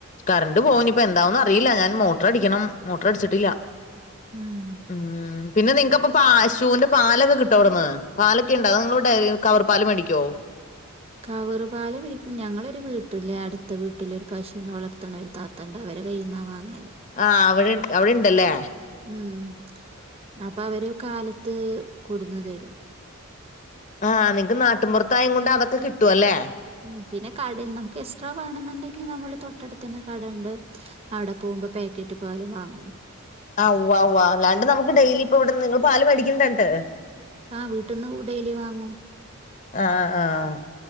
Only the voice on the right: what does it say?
ആഹ്
കവറ്പാല് പിടി ഞങ്ങളൊരു വീട്ടിലേ അടുത്ത വീട്ടിലൊരു പശൂനെ വളർ ത്തിണൊരു താത്തണ്ട് അവരെ കൈയിന്നാ വാങ്ങാൺല്
ഉം അപ്പൊ അവര് കാലത്ത് കൊടന്ന് തരും
ഉം പിന്നെ കടൽ നംക്ക് എസ്ട്രാ വേണെന്നുണ്ടെങ്കി നമ്മള് തൊട്ടട്ത്തെന്നെ കടണ്ട് അവ്ടെ പോമ്പ പാക്കറ്റ് പാലും വാങ്ങും
ആഹ് വീട്ടിന്ന് ഊ ഡെയ്ലി വാങ്ങും